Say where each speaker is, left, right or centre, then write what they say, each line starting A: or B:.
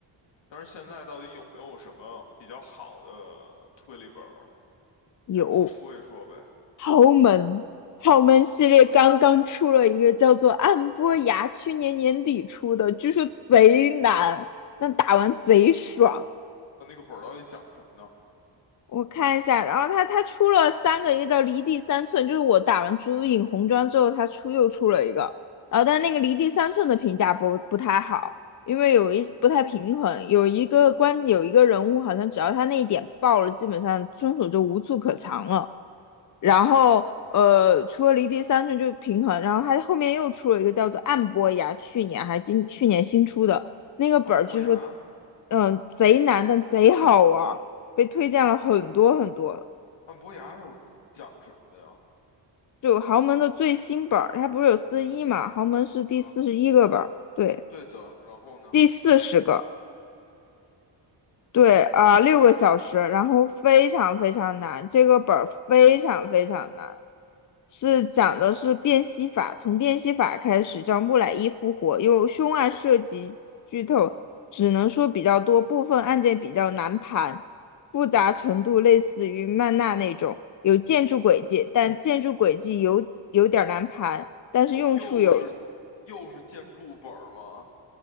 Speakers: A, on the left; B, on the left.
A: 但是现在到底有没有什么比较好的推理本儿？
B: 有。
A: 再跟我说一说呗。
B: 豪门，豪门系列刚刚出了一个叫做《暗波崖》，
A: 豪门啊，
B: 去年年底出的，据说贼难，但打完贼爽。
A: 呃那个本儿到底讲什么呢？
B: 我看一下，然后他他出了三个，一个叫《离地三寸》，就是我打完《朱影红妆》之后，他出又出了一个，然后但是那个《离地三寸》的评价不不太好，因为有一不太平衡，有一个关有一个人物好像只要他那一点爆了，基本上凶手就无处可藏了。然后呃，除了离地三寸就平衡，然后它后面又出了一个叫做暗波崖，去年还今去年新出的那个本儿，
A: 按伯牙，
B: 据说嗯贼难，但贼好玩儿，被推荐了很多很多。
A: 按伯牙又是讲什么的呀？
B: 就豪门的最新本儿，它不是有四十一嘛？豪门是第四十一个本儿，
A: 嗯，
B: 对，
A: 对的。然后呢？
B: 第四十个。对啊，六个小时，然后非常非常难，这个本儿非常非常难，是讲的是辨析法，从辨析法开始叫木乃伊复活，有凶案涉及剧透，只能说比较多，部分案件比较难盘，复杂程度类似于曼纳那种，有建筑轨迹，但建筑轨迹有有点儿难盘，但是用处有
A: 哦，又是又是建筑本儿吗？